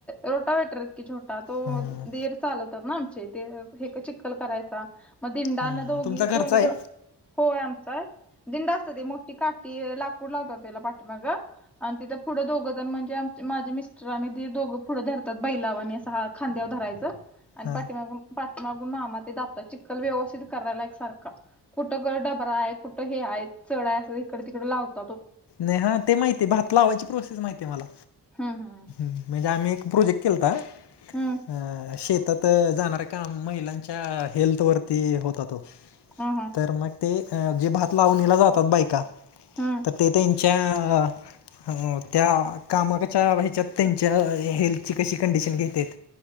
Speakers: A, in the centre; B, on the left.
A: रोटा वेटरहेत की छोटा तो
B: हम्म
A: दीर चालवतात ना आमचे ते हे चिक्कल करायचा मग दिंडाना
B: हम्म
A: दोघी
B: तुमचा घरचा
A: दोन्ही
B: आहे
A: ज. होय आमचा दिंडा असत ते मोठी काठी लाकूड लावतात त्याला पाठीमाग. आण तिथं फुढं दोघं जण म्हणजे आमचे माझे मिस स्टर आणि दीर दोघं फुढं धरतात बैलावाणी असं हा खांद्यावर धरायचं आण
B: हा
A: पाठीमागून पाठीमागून मामा ते दाबतात, चिक्कल व्यवस्थित करायला एकसारका. कुठं गर डबरा आहे, कुठं हे आहे, चढ आहे, अस इकडे तिकड लावत.
B: नही हा ते माहीती भात लावायची प्रोसीस माहीती मला.
A: हम्म हम्म
B: म्हणजे आम्ही एक प्रोजेक्ट केलता
A: हम्म
B: अ शेतात त जाणाऱ्या काम महिलांच्या हेल्थ वरती होता तो.
A: ह हा!
B: तर मग ते जे भात लावणीला जातात बायका
A: हम्म
B: त ते त्यांच्या अ त्या कामाकच्या ह्याच्यात त्यांच्या हेल्थची कशी कंडिशन घेते.